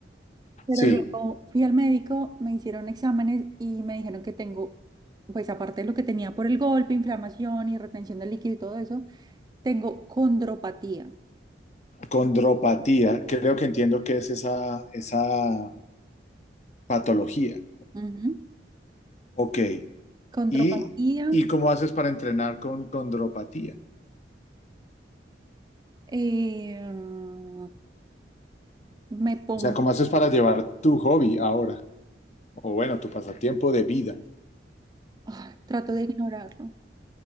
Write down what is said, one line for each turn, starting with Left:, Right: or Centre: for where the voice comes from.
Right: Pero
Left: Sí,
Right: luego fui al médico, me hicieron exámenes y me dijeron que tengo, pues aparte de lo que tenía por el golpe, inflamación y retención de líquido y todo eso, tengo condropatía.
Left: condropatía, creo que entiendo qué es esa, esa patología.
Right: Ujú.
Left: Ok.
Right: Condropatía,
Left: ¿Y, y cómo haces para entrenar con condropatía?
Right: eh, me pongo,
Left: O sea, ¿cómo haces para llevar tu hobby ahora? o bueno, tu pasatiempo de vida,
Right: ay, trato de ignorarlo,